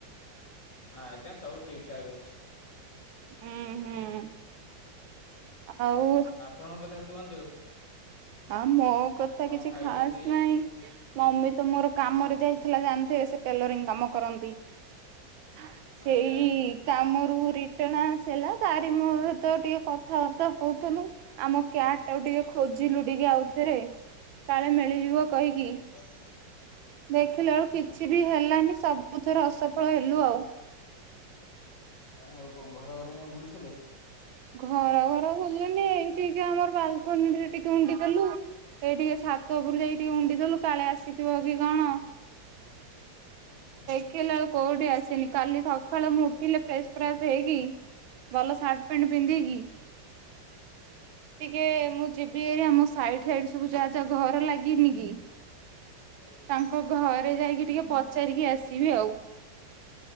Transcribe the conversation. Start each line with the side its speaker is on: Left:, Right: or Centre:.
Left: ହଁ ଆଜ୍ଞା, ସବୁ ଠିକ ଠାକ୍ ଅଛି।
Right: ହୁଁ ହୁଁ <inaudible> ଆଉ।
Left: ଆପଣଙ୍କ କଥା କୁହନ୍ତୁ।
Right: ଆ ମୋ କଥା
Left: କଣ
Right: କିଛି
Left: ଖାଇଚନ୍ତି?
Right: ଖାସ୍ ନାଇଁ, ମମି ତ ମୋର କାମ ରେ ଯାଇଥିଲା। ଜାଣିଥିବେ ସେ ଟେଲରିଂ କାମ କରନ୍ତି। <inaudible> ସେଇ।
Left: ଆଜ୍ଞା ଆଜ୍ଞା
Right: କାମରୁ ରିଟନ୍ ଆସିଲା। ତାରି ମୋ ସହିତ ଟିକେ କଥାବାର୍ତ୍ତା ହଉଥିଲୁ। ଆମ କ୍ୟାଟ, ଟାକୁ ଟିକେ ଖୋଜିଲୁ ଟିକେ ଆଉଥରେ କାଳେ ମିଳିଯିବ। କହିକି
Left: ଆଚ୍ଛା
Right: <inaudible> ଦେଖିଲା ବେଳୁ
Left: ଆଚ୍ଛା।
Right: କିଛି। ବି ହେଲାନି ସବୁଥିରେ ଅସଫଳ ହେଲୁ ଆଉ
Left: ଆଉ କଣ ଘର ଘର କା ବୁଲୁଥିଲେ। <inaudible>
Right: ଘର ଘର ବୁଲୁନି ଏଇଠିକା ଆମର ବାଲକୋନିରେ ଟିକେ ଉଣ୍ଡି ଦେଲୁ। ଏଇ ଟିକେ ଛାତ଼ ଉପରୁ ଯାଇକି ଟିକେ ଉଣ୍ଡିଦେଲୁ କାଳେ ଆସିଥିବ କି କଣ।
Left: <inaudible> ଆଚ୍ଛା।
Right: ଦେଖିଲା ବେଳକୁ କୋଉଠି ଆସିନି କାଲି ସକାଳୁ ମୁଁ ଉଠିଲେ ଫ୍ରେସ୍ ଫ୍ରାସ୍ ହେଇକି ଭଲ ର୍ଷାର୍ଟ ସାଟ୍ ପ୍ୟାଣ୍ଟ୍ ପିନ୍ଧିକି।
Left: ଆଚଛା <inaudible>
Right: ଟିକେ ମୁଁ ଯିବି ଭାରି ଆମ ସାଇଡ ସାଇଡ ସବୁ ଯାହା ଯାହା ଘର ଲାଗିନି କି
Left: ଆଜ୍ଞା। <inaudible>
Right: ତାଙ୍କ ଘରେ ଯାଇକି ଟିକେ ପଚାରିକି ଆସିବି ଆଉ